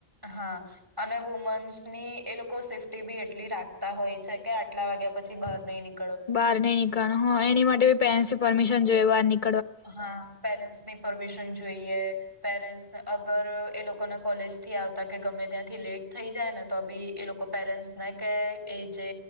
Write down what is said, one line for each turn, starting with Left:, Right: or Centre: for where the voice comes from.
Right: હા અને વુમન્સની એ લોકો સેફ્ટી બી એટલી રાખતા હોય છે કે, આટલા વાગ્યા પછી બહાર નહી નીક.
Left: બહાર નઈ નીકળ હ એની માટે પેરેન્ટ પરમિશન લેવાની.
Right: હા પેરેન્ટ્સની પરમિશન જોઈએ પેરેન્ટ્સને અગર એ લોકોને કોલેજથી આવતા કે ગમે ત્યાંથી લેટ થઈ જાય ને તો બી એ લોકો પેરેન્ટ્સને કે એ જે